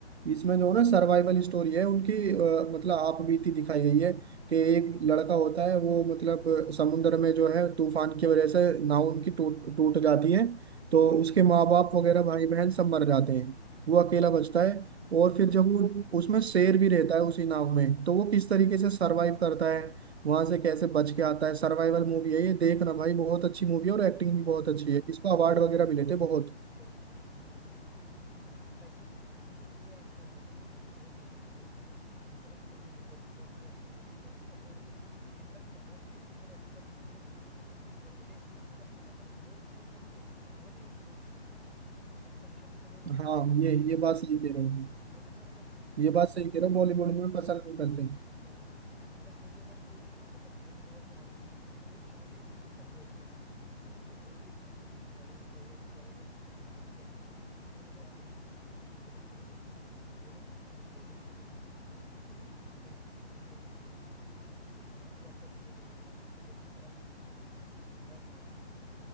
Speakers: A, on the right; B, in the centre.
A: इसमें जो है ना सर्वाइवल स्टोरी है उनकी अ, मतलब आपबीती दिखाई गई है कि एक लड़का होता है वो मतलब समुद्र में जो है तूफान की वजह से नाव उनकी टूट टूट जाती है तो
B: अच्छा
A: उसके माँ बाप वगैरह भाई बहन सब मर जाते हैं वो अकेला
B: अच्छा
A: बचता
B: अच्छा
A: है और फिर जब वो उसमें शेर भी रहता है उसी नाव में तो वो किस तरीके से सरवाइव करता है वहां से कैसे बच के आता है सर्वाइवल मूवी है ये देखना भाई बहुत अच्छी मूवी
B: देखूंगा
A: है और एक्टिंग
B: भाई जरूर
A: भी बहुत
B: देखूंगा
A: अच्छी है इसका अवार्ड
B: भाई
A: वगैरह
B: इरफान
A: भी लेते हैं बहुत
B: इरफान खान की मूवी मुझे लिटरली पसंद पता है क्यों क्योंकि ये एक्टर जो है ना ये एकदम जीरो से स्टार्ट किया इन्होंने इनके पास कोई भी नेपोटिज्म या फिर कोई भी सपोर्ट नहीं था इनफैक्ट सपोर्ट तो छोड़ो मतलब इनको लोग बिल्कुल पसंद भी नहीं करते थे मतलब ऐसा नहीं लोग पसंद करते थे बॉलीवुड के लोग नहीं पसंद करते थे कंपटीशन मतलब वो लोग
A: हाँ
B: साफ करना चाहते
A: ये
B: हैं हमेशा
A: ये बात
B: से
A: सही
B: ही
A: कह रहा हूँ
B: वो लोग ना मतलब किसी
A: ये बात सही
B: कोई भी
A: कह रहा हूँ
B: ऐसा
A: बॉलीवुड में पसंद नहीं करते
B: Exactly exactly. मतलब कोई भी अगर कोई भी मतलब छोटे लेवल से आ रहा है ना तो वो लोग चाहते ही नहीं कि इसका ग्रोथ हो इसीलिए मुझे बॉलीवुड बिल्कुल नहीं पसंद बॉलीवुड का ये जो पॉलिटिक्स है ना एग्जैक्टली exactly, इस वजह से और नहीं पसंद लेकिन हॉलीवुड में देखो यार वो लोग अपनी डिटेलिंग पे कितना अच्छे से काम करते हैं साइंस फिक्शन की कोई भी मूवी उठा लो मतलब इतनी प्रॉपर डिटेलिंग होगी ना कि तुम्हें देख के बहुत मजा आएगा इनफैक्ट बहुत ज्यादा